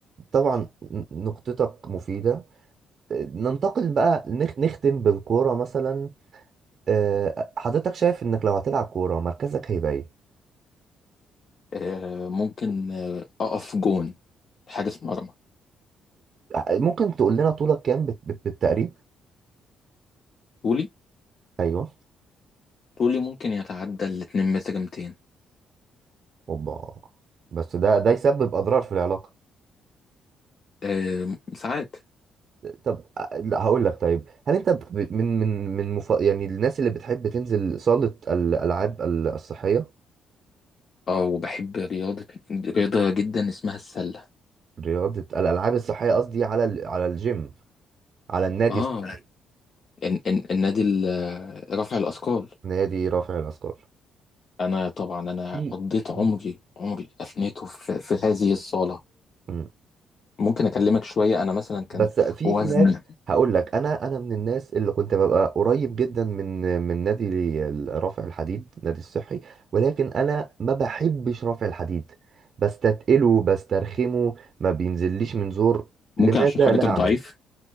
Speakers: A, on the right (about 50°); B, on the left (about 50°).
A: طبعا ن- نقطتك مفيدة آه، ننتقل بقى نخ- نختم بالكورة مثلا آه، حضرتك شايف انك لو هتلعب كورة مركزك هيبقى ايه؟
B: آه ممكن آه أقف جون حارس مرمى
A: ممكن تقول لنا طولك كام بت- بت- بالتقريب؟
B: طولي
A: ايوه
B: طولي ممكن يتعدى الاتنين متر 200
A: اوبا بس ده ده يسبب اضرار في العلاقة
B: أه ساعات
A: طب آه، لا هقول لك طيب هل انت ب- من من من مف... يعني الناس اللي بتحب تنزل صالة الالعاب ال- الصحية
B: اه وبحب رياضة رياضة جدا اسمها السلة
A: رياضة الالعاب الصحية قصدي على ال... على الجيم على النادي
B: اه
A: الصحي،
B: ال- ال- النادي ال- رفع الأثقال
A: نادي رافع الاثقال
B: أنا طبعا أنا
A: في
B: قضيت
A: مم.
B: عمري عمري أفنيته في, في هذه الصالة
A: مم.
B: ممكن أكلمك شوية أنا مثلا كان
A: بس في
B: وزني
A: في ناس هقول لك انا انا من الناس اللي كنت ببقى قريب جدا من من نادي ال- رفع الحديد نادي الصحي ولكن انا ما بحبش رفع الحديد بستتقله بسترخمه ما بينزليش من زور
B: ممكن
A: لماذا
B: عشان حضرتك
A: لا اعلم
B: ضعيف